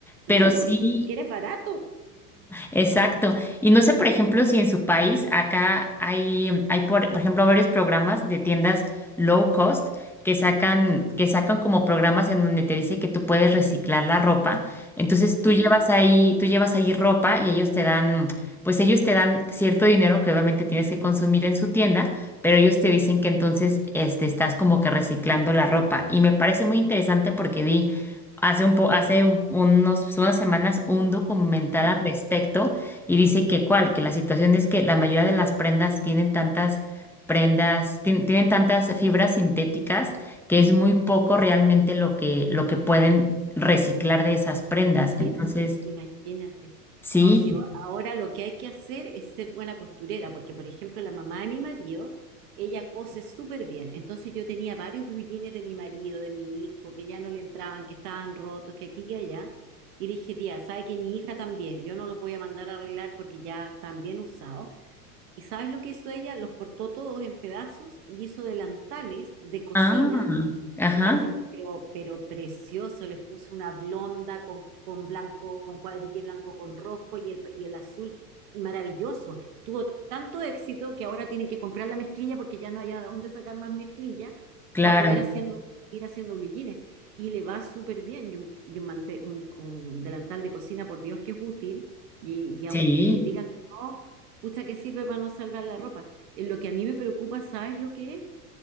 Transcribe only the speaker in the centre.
Pero
sí,
Exacto. Y no sé, por ejemplo, si en su país acá hay, hay por, por ejemplo, varios programas de tiendas low cost que sacan, que sacan como programas en donde te dice que tú puedes reciclar la ropa. Entonces
tú llevas ahí, tú llevas ahí ropa y ellos te dan, pues ellos te dan cierto dinero que obviamente tienes que consumir en su tienda, pero ellos te dicen que entonces este, estás como que reciclando la ropa. Y me parece muy interesante porque vi hace un po- hace un- unos, unas semanas un documental
al respecto y dice que cuál, que la situación es que la mayoría de las prendas tienen tantas prendas, tien- tienen tantas fibras sintéticas que es muy poco realmente lo que, lo que pueden reciclar de esas prendas.
Entonces,
sí.
Ah, ajá,
claro.
Sí,